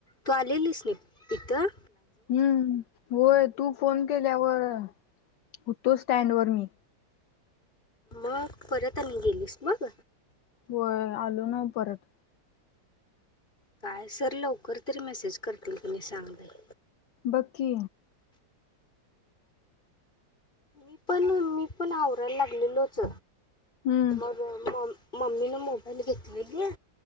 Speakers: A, on the left; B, on the left.
A: तू आलेलीस नि तिथं
B: हम्म होय तू फोन केल्यावर होतो स्टँड वर मी
A: मग परत आम्ही गेलीस बघ
B: होय आलो ना परत
A: काय सर लवकर तरी मेसेज करतील तुम्ही सांगा
B: बकी
A: मी पण मी पण आवरायला लागलेलोच
B: हम्म
A: मग म मम्मी न मोबाईल घेतलेली आहे